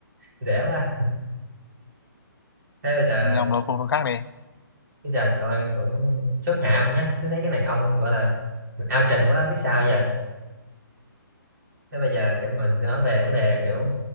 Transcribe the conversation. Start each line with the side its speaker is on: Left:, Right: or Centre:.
Right: <laughs> dễ quá thế bây giờ
Left: Nên ông đố câu khác đi
Right: bây giờ tôi cũng chốt hạ ông nhé tôi thấy cái này ông gọi là mình ao trình quá biết sao giờ thế bây giờ
Left: Ừ.
Right: kiểu mình sẽ nói về vấn đề kiểu